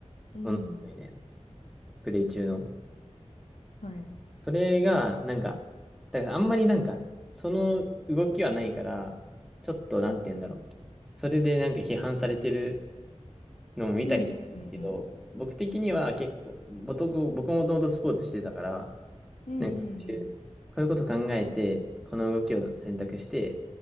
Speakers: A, on the left; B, in the centre.
A: うん。
B: 物語みたいな。プレイ中の。
A: はい。
B: それが、なんか、だからあんまりなんか、その動きはないから、ちょっとなんて言うんだろう。それでなんか批判されてるのも見たりしたんですけど、
A: うんうんうんうん。
B: 僕的には結構、僕、僕もともとスポーツしてたから、
A: うんうんうん。
B: なんかそういう、こういうこと考えて、この動きを選択して、